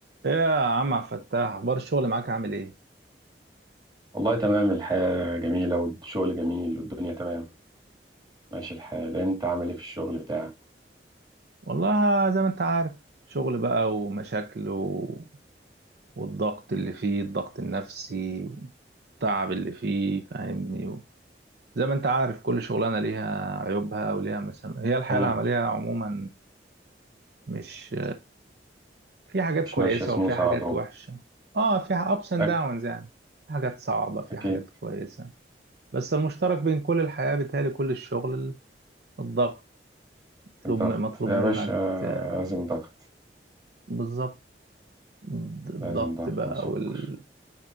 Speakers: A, on the right; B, on the right.
A: ايه يا عم عبد الفتاح اخبار الشغل معاك عامل ايه
B: والله تمام الحياة جميلة والشغل جميل والدنيا تمام ماشي الحال انت عامل ايه في الشغل بتاعك
A: والله زي ما انت عارف شغل بقى ومشاكل و... والضغط اللي فيه الضغط النفسي والتعب اللي فيه فاهمني و... زي ما انت عارف كل شغلانه ليها عيوبها وليها مسام هي الحياه
B: مم.
A: العمليه عموما مش في حاجات
B: مش
A: كويسه
B: ماشية سموس
A: وفي حاجات
B: على طول
A: وحشه اه في ابس اند
B: أك...
A: داونز يعني في حاجات صعبه في
B: اكيد
A: حاجات كويسه بس المشترك بين كل الحياه بيتهيألي كل الشغل الضغط مطلوب
B: الضغط
A: مطلوب
B: يا
A: منك
B: باشا
A: آه،
B: لازم ضغط
A: بالظبط الضغط
B: لازم ضغط
A: بقى
B: وسكر
A: وال...